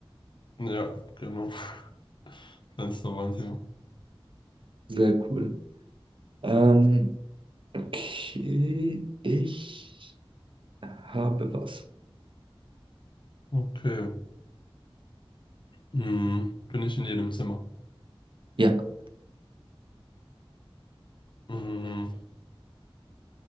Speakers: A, on the left (about 55°); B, on the right (about 60°).
A: Ja, genau. <laughs> Fensterwand, ja.
B: Sehr cool. Ähm, okay. Ich habe was.
A: Okay. Hm. Bin ich in jedem Zimmer?
B: Ja.
A: Hm.